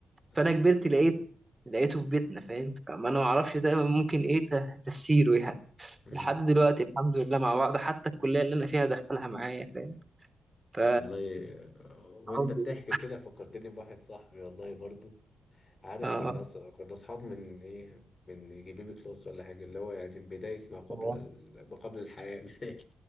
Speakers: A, on the left; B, on the right.
A: أيوة.
B: فانا كبرت لقيته لقيته في بيتنا فاهم فما انا ما اعرفش ده ممكن ايه ت- تفسيره يعني
A: أمم.
B: لحد دلوقتي الحمد لله مع بعض حتى الكليه اللي انا فيها دخلها معايا فاهم ف
A: والله آه، وأنت
B: عمري
A: بتحكي
B: ده
A: كده فكرتني بواحد صاحبي والله برضو عارف
B: اه
A: كنا أص- كنا اصحاب من ايه من يجي بيبي كلاس ولا حاجه اللي هو يعني بدايه ما قبل
B: تمام.
A: ال... ما قبل الحياه <laughs> مثال